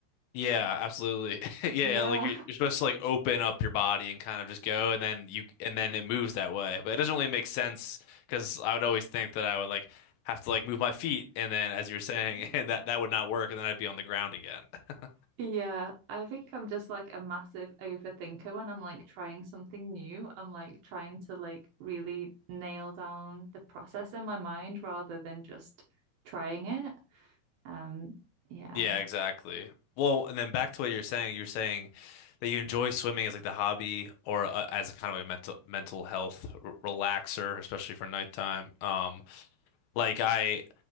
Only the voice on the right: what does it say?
yeah.
<laughs>
Yeah, I think I'm just like a massive overthinker when I'm like trying something new. I'm like trying to like really nail down the process in my mind rather than just trying it. Um, yeah.